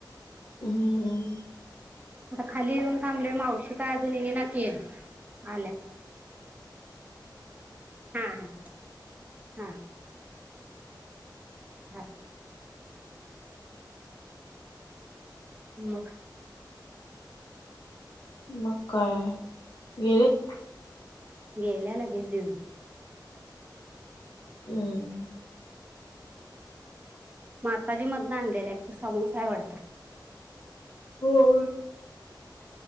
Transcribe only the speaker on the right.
आता खाली येऊन थांबले मावशी का अजून इना की? आल्यात! हा ह हा <inaudible> मग
गेल्या लगेच देऊन.
माताजी मधन आणलेला एक समोसा हाय वाटत?